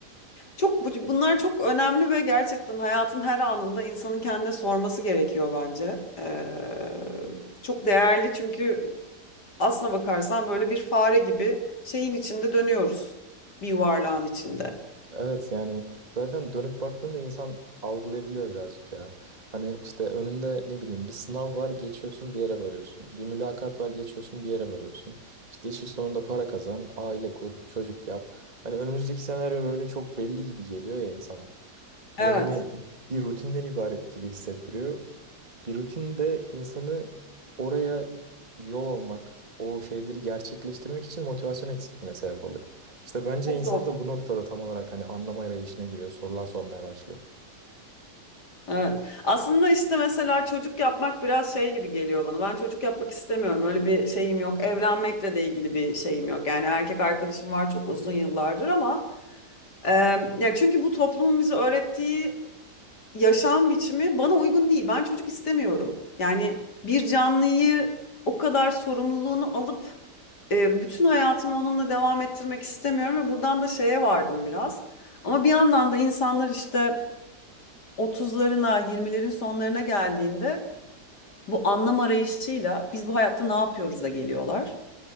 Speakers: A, on the left; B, on the right.
A: çok bu- bunlar çok önemli ve gerçekten hayatın her anında insanın kendine sorması gerekiyor bence. Ee, çok değerli çünkü aslına bakarsan böyle bir fare gibi şeyin içinde dönüyoruz. Bir yuvarlağın içinde.
B: Evet yani zaten dönüp baktığında insan algılayabiliyor birazcık ya. Hani işte önünde ne bileyim bir sınav var geçiyorsun bir yere varıyorsun. Bir mülakat var geçiyorsun bir yere varıyorsun. İşte işin sonunda para kazan, aile kur, çocuk yap. Hani önümüzdeki senaryo böyle çok belli gibi geliyor ya insana.
A: Evet.
B: Ve hani bir rutinden ibaret gibi hissettiriyor. Bir rutinde insanı oraya yol almak, o şeyleri gerçekleştirmek için motivasyon eksikliğine sebep oluyor. İşte bence
A: Çok
B: insan
A: doğru.
B: da bu noktada tam olarak hani anlama arayışına giriyor. Sorular sormaya başlıyor.
A: Evet. Aslında işte mesela çocuk yapmak biraz şey gibi geliyor bana. Ben çocuk yapmak istemiyorum. Öyle bir şeyim yok. Evlenmekle de ilgili bir şeyim yok. Yani erkek arkadaşım var çok uzun yıllardır ama e, ya çünkü bu toplumun bize öğrettiği yaşam biçimi bana uygun değil. Ben çocuk istemiyorum. Yani bir canlıyı o kadar sorumluluğunu alıp e, bütün hayatımı onunla devam ettirmek istemiyorum ve buradan da şeye vardım biraz. Ama bir yandan da insanlar işte 30'larına, 20'lerin sonlarına geldiğinde bu anlam arayışıyla biz bu hayatta ne yapıyoruz'a geliyorlar.